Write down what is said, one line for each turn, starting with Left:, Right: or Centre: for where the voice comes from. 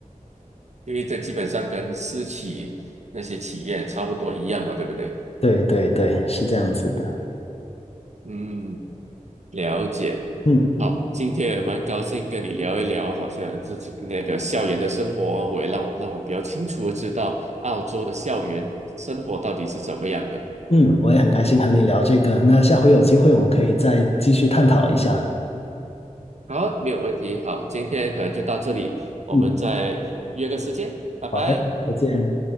Right: 因为这基本上跟私企那些企业差不多一样嘛，对不对？
Left: 对对对，是这样子的。
Right: 嗯，了解。
Left: 嗯
Right: 好，今天也蛮高兴跟你聊一聊，好像之前那个校园的生活，我也让我让我比较清楚的知道澳洲的校园生活到底是怎么样的。
Left: 嗯，我也很开心和你聊这个。那下回有机会我们可以再继续探讨一下。
Right: 好，没有问题。好，今天可能就到这里，我们再约个时间，
Left: 嗯，
Right: 拜拜。
Left: 好的，再见。